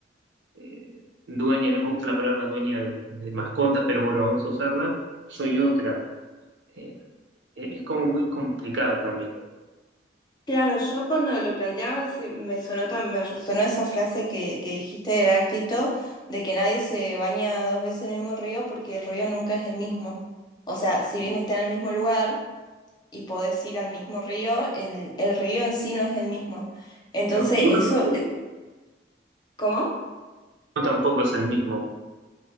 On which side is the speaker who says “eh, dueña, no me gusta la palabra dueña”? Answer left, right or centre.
Right